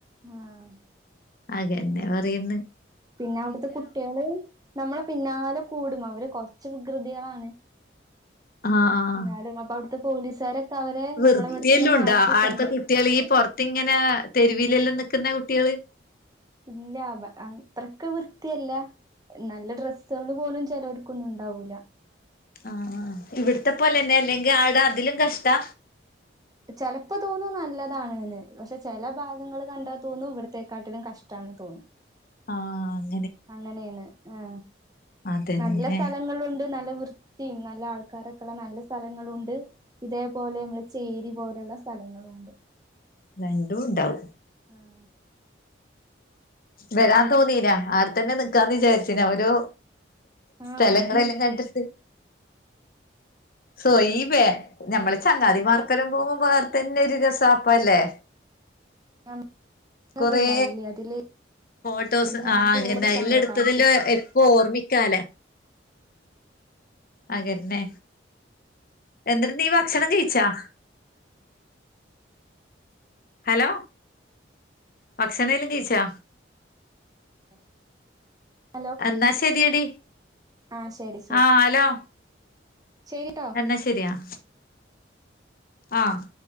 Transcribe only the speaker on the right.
ആഹ്
പിന്നെ അവിടുത്തെ കുട്ടികള് നമ്മളെ പിന്നാലെ കൂടും അവര് കൊറച്ച് വികൃതികളാണ്
എന്നാലും അപ്പൊ അവിടുത്തെ പോലീസുകാരൊക്കെ അവരെ
നമ്മളെ ഇവിടുത്തുന്ന്
മാറ്റിക്കൊണ്ട്
ഇല്ല അത്രക്ക് വൃത്തിയല്ല നല്ല ഡ്രസ്സുകള് പോലും ചെലർക്കൊന്നും ഉണ്ടാവൂല്ല
ചെലപ്പോ തോന്നു നല്ലതാണ്ന്ന്‌ പക്ഷെ ചെല ഭാഗങ്ങള് കണ്ടാൽ തോന്നു ഇവിടത്തെക്കാട്ടിലും കഷ്ടണ്ന്ന് തോന്നു
അങ്ങനെയാണ് ആഹ്‌
നല്ല സ്ഥലങ്ങളുണ്ട് നല്ല വൃത്തി ത്തി നല്ല ആൾക്കാരൊക്കെയുള്ള നല്ല സ്ഥലങ്ങളുണ്ട് ഇതേപോലെ നമ്മള് ചേരി പോലെയുള്ള സ്ഥലങ്ങളും ഉണ്ട്
ആഹ്‌
ആഹ്
ഞ ഞമ്മള്
ഉണ്ടാവില്ലേ അതില്
ഇന്ന് ഞങ്ങക്ക്
റൂം
എടുത്തന്നേ
താമസിക്കാന്
<inaudible>
ആഹ് ശരി ശരി
ശരിട്ടോ